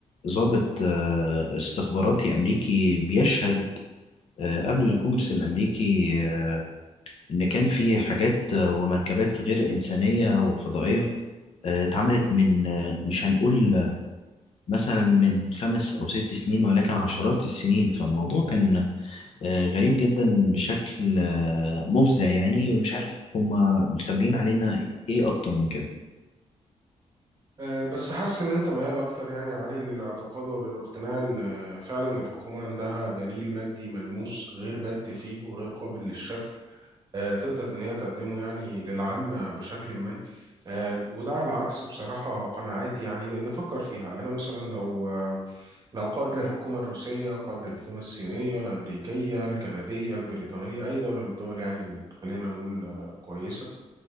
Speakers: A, on the left; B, on the right.
A: ضابط آه، استخباراتي أمريكي بيشهد آه، قبل الكونجرس الأمريكي آه، إن كان في حاجات آه، ومركبات غير إنسانية وفضائية آه، اتعملت من آه، مش هنقول آه، مثلا من خمس أو ست سنين ولكن عشرات السنين فالموضوع كان آه، غريب جدا بشكل آه، مفزع يعني ومش عارف هما مخبيين علينا إيه أكتر من كده
B: أه بس حاسس إن أنت ميال أكتر يعني يا علي للاعتقاد وللاقتناع إن آه، فعلا الحكومة عندها دليل مادي ملموس غير بات فيه وغير قابل للشك آه، تقدر إن هي تقدمه يعني للعامة بشكل ما آه، وده على عكس بصراحة قناعاتي يعني لأن فكر فيها أنا مثلا لو آه، لو قائد للحكومة الروسية قائد للحكومة الصينية الأمريكية الكندية البريطانية أي دولة من الدول يعني ال- خلينا نقول آه، كويسة